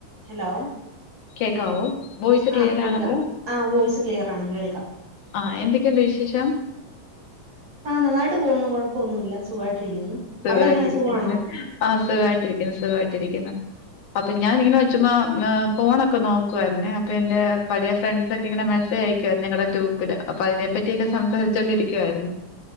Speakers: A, on the right (about 40°); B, on the left (about 75°).
A: Hello
B: കേക്കാവോ voice clear
A: ആ കേൾക്കാം
B: ആണല്ലോ
A: ആ വോയിസ് ക്ലിയർ ആണ് കേൾക്കാം
B: ആഹ് എന്തൊക്കെയുണ്ട് വിശേഷം
A: ആഹ് നന്നായിട്ട് യിട്ട് പോന്നു കൊഴപ്പൊന്നുമില്ല സുഖമായിട്ടിരിക്കുന്നു
B: സുഖായിട്ടിരിക്കുന്നല്ലേ
A: അവിടെ എങ്ങനാ സുഖമാണോ?
B: ആ സുഖായിട്ടിരിക്കുന്നു സുഖായിട്ടിരിക്കുന്നു അപ്പൊ ഞാന് ഇങ്ങനെ വെച്ചു ചുമ്മാ ഫോണൊക്കെ നോക്കുമായിരുന്നേ അപ്പൊ എന്റെ പഴയ ഫ്രണ്ട്സ് ഒക്കെ ഇങ്ങനെ മെസേജ് അയക്കുവാരുന്നു ഞങ്ങളുടെ ഗ്രൂപ്പില് അപ്പൊ അതിനെ പറ്റിയെക്കെ സംസാരിച്ചോണ്ടിരിക്കുവായിരുന്നു